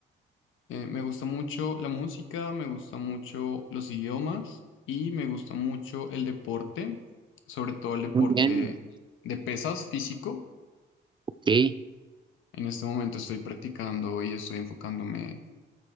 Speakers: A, on the left; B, on the right.
A: Eh, me gusta mucho la música, me gusta mucho los idiomas y me gusta mucho el deporte, sobre todo el deporte
B: muy bien.
A: de pesas físico.
B: Ok.
A: En este momento estoy practicando y estoy enfocándome